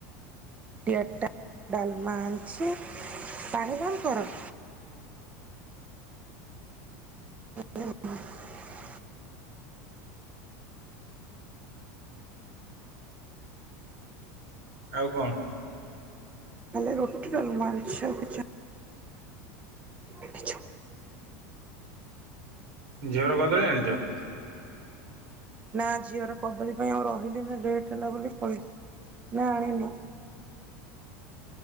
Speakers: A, on the right; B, on the right.
A: ରୁଟି ଆଠଟା, ଡାଲମା ଆଣିଛି, ପାଣି ବନ୍ଦ କର। <unintelligible>
B: ଆଉ କଣ?
A: ଖାଲି ରୁଟି ଡାଲମା ଆଣିଛି ଆଉ କିଛି ଆଣିଛୁ
B: ଝିଅର କଦଳୀ ଆଣିଛ?
A: ନା ଝିଅର କଦଳୀ ପାଇଁ ଆଉ ରହିଲିନି ଲେଟ୍ ହେଲା ବୋଲି ପଳେଇଲି ନା ଆଣିନି।